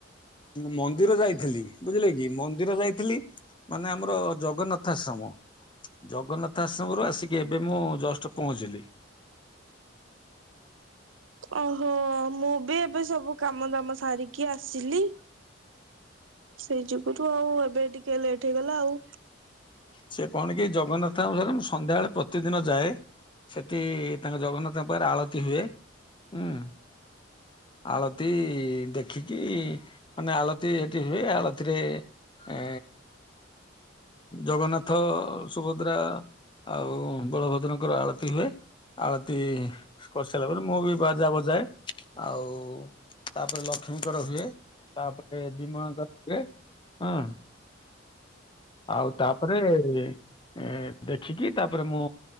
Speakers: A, on the left; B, on the right.
A: ମନ୍ଦିର ଯାଇଥିଲି ବୁଝିଲେ କି ମନ୍ଦିର ଯାଇଥିଲି ମାନେ ଆମର ଜଗନ୍ନାଥ ଆଶ୍ରମ! ଜଗନ୍ନାଥ ଆଶ୍ରମରୁ ଆସିକି ଏବେ ମୁଁ ଜଷ୍ଟ ପହଞ୍ଚିଲି।
B: ଓହୋ ମୁଁ ବି ଏବେ ସବୁ କାମ ଦାମ ସାରିକି ଆସିଲି। ସେଇ ଯୁଗୁରୁୁ ଆଉ ଏବେ ଟିକେ ଲେଟ୍ ହେଇଗଲା ଆଉ।
A: ସେ କଣ କି ଜଗନ୍ନାଥଙ୍କ ମ୍ୟାଡ୍‌ମ ମୁଁ ସନ୍ଧ୍ୟାବେଳେ ପ୍ରତିଦିନ ଯାଏ। ସେଠି ତାଙ୍କ ଜଗନ୍ନାଥଙ୍କ ପାଖରେ ଆଳତି ହୁଏ ହୁଁ। ଆଳତି ଦେଖିକି ମାନେ ଆଳତି ସେଠି ହୁଏ ଆଳତିରେ ଏ ଜଗନ୍ନାଥ ସୁଭଦ୍ରା ଆଉ ବଳଭଦ୍ରଙ୍କର ଆଳତି ହୁଏ। ଆଳତିୀ କରିସାରିଲା ପରେ ମୁଁ ବି ବାଜା ବଜାଏ ଆଉ ତାପରେ ଲକ୍ଷ୍ମୀଙ୍କର ହୁଏ ତାପରେ ବିମଳାଙ୍କର ବି ହୁଏ। ହଁ, ଆଉ ତାପରେ ହୁଁ, ଦେଖିକି ତାପରେ ମୁଁ